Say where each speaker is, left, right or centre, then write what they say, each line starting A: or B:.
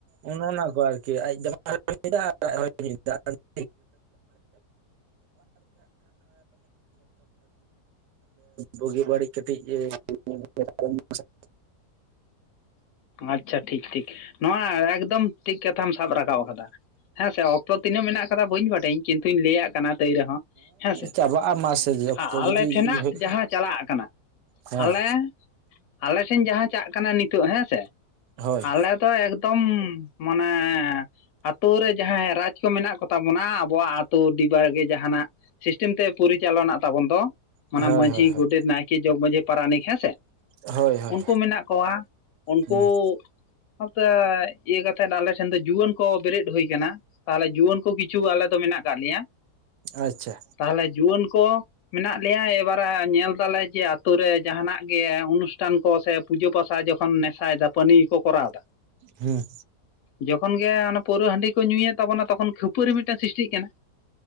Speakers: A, on the right; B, on the left.
A: ᱚᱱᱮ ᱚᱱᱟ ᱠᱚ ᱟᱨᱠᱤ ᱟᱡ ᱡᱟᱟᱭ ᱦᱚᱟ ᱟᱨ ᱟᱡ ᱦᱚᱭ ᱢᱤᱫᱟ <unintelligible> <unintelligible> <unintelligible> ᱵᱩᱜᱤ ᱵᱟᱹᱲᱤᱡ ᱠᱟᱹᱴᱤᱡ <unintelligible>
B: ᱟᱪᱪᱷᱟ ᱴᱷᱤᱠ ᱴᱷᱤᱠ, ᱱᱚᱣᱟ ᱮᱠᱫᱚᱢ ᱴᱷᱤᱠ ᱠᱟᱛᱷᱟᱢ ᱥᱟᱵ ᱨᱟᱠᱟᱵ ᱟᱠᱟᱫᱟ ᱦᱮᱸ ᱥᱮ ᱾ ᱛᱚ ᱛᱤᱱᱟᱹᱜ ᱢᱮᱱᱟᱜ ᱠᱟᱫᱟ ᱵᱟᱹᱧ ᱵᱟᱰᱟᱭᱟᱹᱧ ᱠᱤᱱᱛᱩᱧ ᱞᱟᱹᱭᱟᱜ ᱠᱟᱱᱟ ᱛᱟᱹᱭ ᱨᱮᱦᱚᱸ᱾ ᱦᱮᱸ ᱥᱮ,
A: ᱪᱟᱵᱟᱜᱼᱟ ᱢᱟᱥᱮ ᱚᱠᱛᱚ
B: ᱟ-ᱟᱞᱮ
A: ᱡᱩᱫᱤ
B: ᱴᱷᱮᱱᱟᱜ
A: ᱦᱩᱭᱩᱜ
B: ᱡᱟᱦᱟᱸ ᱪᱟᱞᱟᱜ ᱠᱟᱱᱟ᱾
A: ᱦᱮᱸ
B: ᱟᱞᱮ, ᱟᱞᱮ ᱥᱮᱱ ᱡᱟᱦᱟᱸ ᱪᱟᱜ ᱠᱟᱱᱟ ᱱᱤᱛᱳᱜ ᱦᱮᱸ ᱥᱮ᱾
A: ᱦᱳᱭ
B: ᱟᱞᱮ ᱛᱚ ᱮᱠᱫᱚᱢ ᱢᱟᱱᱮᱻ ᱟᱛᱳ ᱨᱮ ᱡᱟᱦᱟᱸᱭ ᱨᱟᱡᱽ ᱠᱚ ᱢᱮᱱᱟᱜ ᱠᱚᱛᱟ ᱵᱚᱱᱟ ᱟᱵᱚᱣᱟᱜ ᱟᱛᱳ ᱰᱤᱵᱟᱹ ᱜᱮ ᱡᱟᱸᱦᱟᱱᱟᱜ᱾ ᱥᱤᱥᱴᱮᱢ ᱛᱮ ᱯᱚᱨᱤᱪᱟᱞᱚᱱᱟᱜ ᱛᱟᱵᱚᱱ ᱫᱚ᱾ ᱢᱟᱱᱮ
A: ᱦᱳᱭ
B: ᱢᱟᱺᱡᱷᱤ,
A: ᱦᱳᱭ ᱦᱳᱭ
B: ᱜᱚᱰᱮᱛ, ᱱᱟᱭᱠᱮ, ᱡᱚᱜᱽ ᱢᱟᱺᱡᱷᱤ, ᱯᱟᱨᱟᱱᱤᱠ ᱦᱮᱸ ᱥᱮ
A: ᱦᱳᱭ ᱦᱳᱭ
B: ᱩᱱᱠᱩ ᱢᱮᱱᱟᱜ ᱠᱚᱣᱟ᱾ ᱩᱱᱠᱩ
A: ᱦᱩᱸ
B: ᱟᱛᱮᱫ ᱤᱭᱟᱹ ᱠᱟᱛᱮᱫ ᱟᱞᱮ ᱴᱷᱮᱱ ᱫᱚ ᱡᱩᱣᱟᱹᱱ ᱠᱚ ᱵᱮᱨᱮᱫ ᱦᱩᱭ ᱠᱟᱱᱟ᱾ ᱛᱟᱦᱞᱮ ᱡᱩᱣᱟᱹᱱ ᱠᱚ ᱠᱤᱪᱷᱩ ᱟᱞᱮ ᱫᱚ ᱢᱮᱱᱟᱜ ᱠᱟᱫ ᱞᱮᱭᱟ᱾
A: ᱟᱪᱪᱷᱟ᱾
B: ᱛᱟᱦᱞᱮ ᱡᱩᱣᱟᱹᱱ ᱠᱚ ᱦᱮᱱᱟᱜ ᱞᱮᱭᱟ ᱮᱵᱟᱨᱮ ᱧᱮᱞ ᱫᱟᱞᱮ ᱡᱮ ᱟᱛᱳ ᱨᱮ ᱡᱟᱸᱦᱟᱱᱟᱜ ᱜᱮ ᱚᱱᱩᱥᱴᱷᱟᱱ ᱠᱚ ᱥᱮ ᱯᱩᱡᱟᱹ ᱯᱟᱥᱟ ᱡᱚᱠᱷᱚᱱ ᱱᱮᱥᱟᱭ ᱡᱟᱹᱯᱟᱹᱱᱤ ᱠᱚ ᱠᱚᱨᱟᱣᱮᱫᱟ᱾
A: ᱦᱩᱸ᱾
B: ᱡᱚᱠᱷᱚᱱ ᱜᱮ ᱚᱱᱟ ᱯᱟᱹᱣᱨᱟᱹ ᱦᱟᱺᱰᱤ ᱠᱚ ᱧᱩᱭᱟ ᱛᱟᱵᱚᱱᱟ ᱛᱚᱠᱷᱚᱱ ᱠᱷᱟᱹᱯᱟᱹᱨᱤ ᱢᱤᱫᱴᱮᱱ ᱥᱨᱤᱥᱴᱤᱜ ᱠᱟᱱᱟ᱾